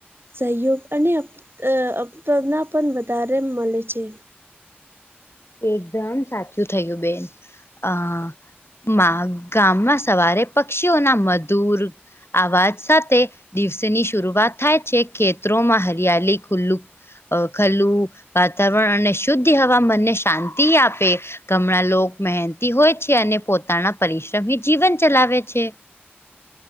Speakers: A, on the right; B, on the left.
A: સહયોગ અને અપ અહ આપના પન વધારે મલે છે.
B: એકદમ સાચું થયું બેન અહ. માં ગામમાં સવારે પક્ષીઓના મધુર આવાજ સાથે દિવસેની શરૂઆત થાય છે ખેતરોમાં હરિયાલી ખુલ્લું અહ ખલ્લું વાતાવરણ અને શુદ્ધ હવા મનને શાંતિ આપે ગમણાં લોકો મહેનતી હોય છે અને પોતાના પરિશ્રમથી જીવન ચલાવે છે.